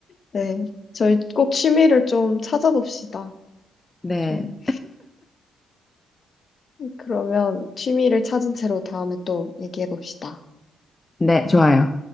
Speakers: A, on the left (about 50°); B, on the left (about 25°).
A: 네. 저희 꼭 취미를 좀 찾아봅시다.
B: 네.
A: 좀, 그러면 취미를 찾은 채로 다음에 또 얘기해 봅시다.
B: 네, 좋아요.